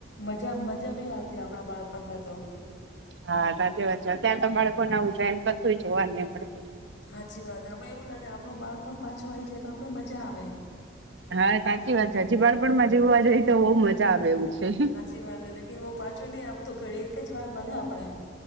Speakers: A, on the left; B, on the right.
A: મજા મજા બી આવતી આપણા બાળપણમાં તો.
B: હા સાચી વાત છે અત્યાર તો બાળકો ના ઉજાય કશું જોવા નઈ મળતું.
A: હાચી વાત હે આપડે એવું લાગે આપડુ બાળપણ પાછો આઈ જાય તો આપડે મજા આવે.
B: હા સાચી વાત છે હજી બાળપણ માં જીવવા જઈએ તો બઉ મજા આવે એવું છે.
A: હાચી વાત લેકિન ઓ પાછો નહી આવે બધું ઘર એક જ વાર મળે આપને.